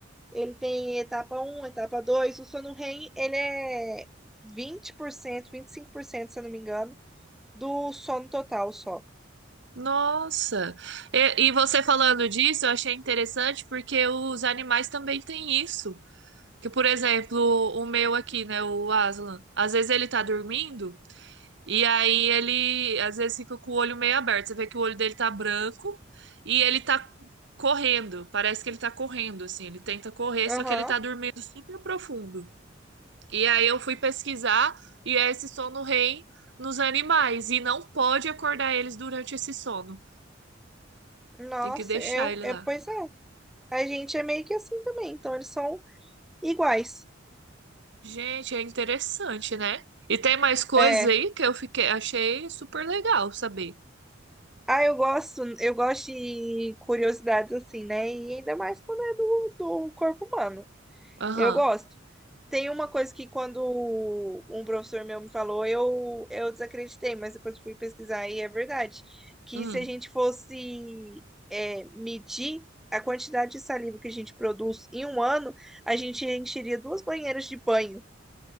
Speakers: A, in the centre; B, on the right.
A: Ele tem etapa um etapa dois O sono REM ele é vinte vinte por cento vinte e cinco por cento se eu não me engano, do sono total só.
B: Nossa! E, e você falando disso, eu achei interessante porque os animais também têm isso. Que, por exemplo, o meu aqui, né, o Aslan, às vezes ele tá dormindo e aí ele às vezes fica com o olho meio aberto. Você vê que o olho dele tá branco e ele tá correndo. Parece que ele tá correndo, assim. Ele tenta correr,
A: Aham.
B: só que ele tá dormindo super profundo. E aí eu fui pesquisar e é esse sono REM nos animais e não pode acordar eles durante esse sono.
A: Nossa,
B: Tem que deixar
A: eu,
B: ele
A: é,
B: lá.
A: pois é. A gente é meio que assim também. Então eles são iguais.
B: Gente, é interessante, né? E tem mais coisas
A: é
B: aí que eu fiquei, achei super legal saber.
A: Ah, eu gosto, eu gosto de curiosidades assim, né? E ainda mais quando é do, do corpo humano.
B: Aham.
A: Eu gosto. Tem uma coisa que quando um professor meu me falou, eu, eu desacreditei, mas depois fui pesquisar e é verdade. Que
B: Hum.
A: se a gente fosse é, medir a quantidade de saliva que a gente produz em um ano, a gente encheria duas banheiras de banho